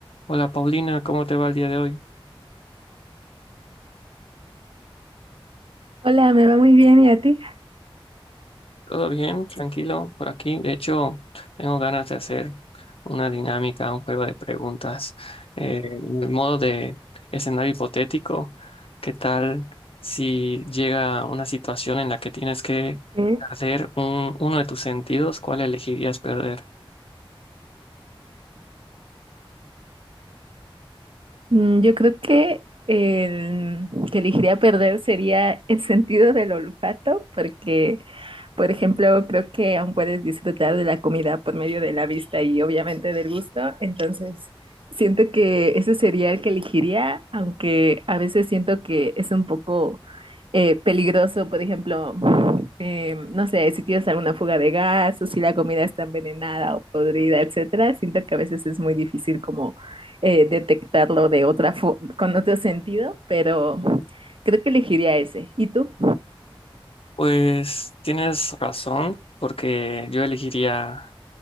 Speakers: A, on the left; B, on the right.
A: Hola Paulina, ¿cómo te va el día de hoy?
B: Hola, me va muy bien, ¿y a ti?
A: ¿Todo bien? ¿Tranquilo por aquí? De hecho, tengo ganas de hacer una dinámica, un juego de preguntas, eh, en el modo de escenario hipotético. ¿Qué tal si llega una situación en la que tienes que
B: Ok,
A: perder un- uno de tus sentidos? ¿Cuál elegirías perder?
B: Mm, Yo creo que el que elegiría perder sería el sentido del olfato, porque, por ejemplo, creo que aún puedes disfrutar de la comida por medio de la vista y obviamente del gusto, entonces siento que ese sería el que elegiría, aunque a veces siento que es un poco eh, peligroso, por ejemplo, eh, no sé, si tienes alguna fuga de gas o si la comida está envenenada o podrida, etcétera, siento que a veces es muy difícil como eh, detectarlo de otra fo- con otro sentido, pero creo que elegiría ese. ¿Y tú?
A: Pues tienes razón, porque yo elegiría